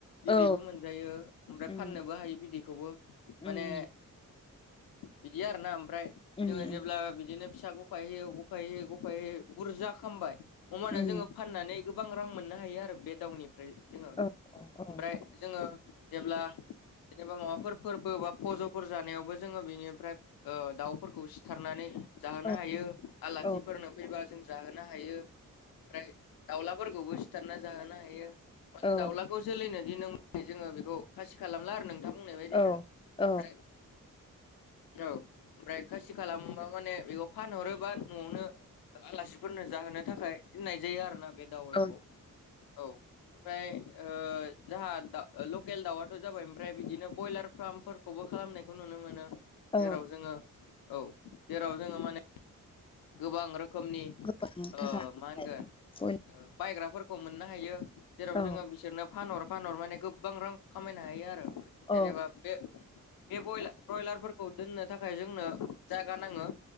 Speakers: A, on the left; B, on the left.
A: बिदैबो
B: औ
A: मोनजायो ओमफ्राय
B: उम
A: फाननोबो हायो बिदैखौबो। माने
B: उम
A: बिदि आरोना ओमफ्राय
B: उम
A: जोङो
B: उम
A: जेब्ला बिदिनो फिसा गफाय होैयो गफाय होय गफाययै बुरजा खामबाय हबाना
B: उम
A: जोङो फाननानै गोबां रां मोननो हायो आरो बे दाउनिफ्राय जोङो
B: औ
A: ओमफ्राय
B: औ
A: जोङो जेब्ला जेनेबा माबाफोर फोरबो बा फज'फोर जानायावबो जोङो बेनिफ्राय दाउफोरखौ सिथारनानै जाहोनो
B: औ
A: हायो। आलासिफोरनो
B: औ
A: फैबा जों जाहोनो हायो। ओमफ्राय दाउलाफोरखौबो सिथारना जाहोनो हायो, माने
B: औ
A: दाउला खौ जोलैनो दिन जोङो बेखौ खासि खालामला आरो नोंथां। बुंनो बायदिनो
B: औ औ
A: ओमफ्राय औ ओमफ्राय खासि खालामोबा माने बेखौ फानहरोबा न'आवनो आलासिफोरनो जाहोनो थाखाय दोननाय जायो आरोना बे दाउलाखौ
B: औ
A: औ। ओमफ्राय जाहा द लकेल दाउवथ' जाबाय ओमफ्राय बिदिनो बयलार फार्मफोर खौबो खालामनायखौ नुनो मोनो।
B: औ
A: जेराव जोङो औ जेराव जोङो माने गोबां रोखोमनि मा
B: गोबां
A: होनगोन
B: थाखा औ
A: बायग्राफोरखौ मोननो हायो, जेराव
B: औ
A: जोङो बिसोरनो फानहर फानहर माने गोबां रां खामायनो हायो आरो,
B: औ
A: जेनेबा बे बे ब्रयलारफोरखौ दोननो थाखाय जोंनो जागा नाङो।